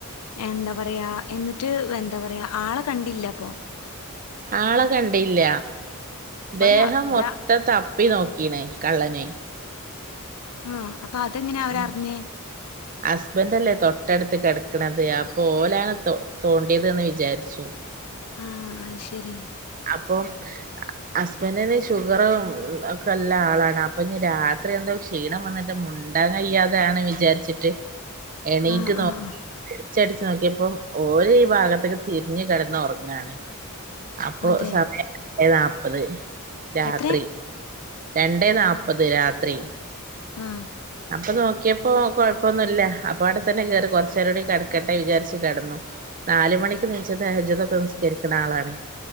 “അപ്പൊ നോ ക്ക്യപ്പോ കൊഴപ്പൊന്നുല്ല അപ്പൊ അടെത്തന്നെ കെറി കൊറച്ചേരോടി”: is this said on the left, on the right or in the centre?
Right